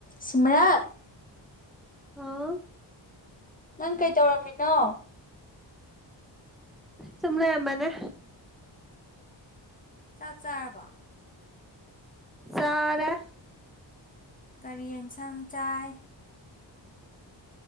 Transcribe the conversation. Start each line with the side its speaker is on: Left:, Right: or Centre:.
Left: ꯁꯤꯃꯔꯜ
Centre: ꯍꯥꯎ
Left: ꯅꯪ ꯀꯩ ꯇꯧꯔꯝꯃꯤꯅꯣ
Centre: ꯁꯨꯝ ꯂꯩꯔꯝꯕꯅꯦ
Left: ꯆꯥꯛ ꯆꯥꯔꯕ
Centre: ꯆꯥꯔꯦ
Left: ꯀꯔꯤ ꯌꯦꯟꯁꯥꯡ ꯆꯥꯏ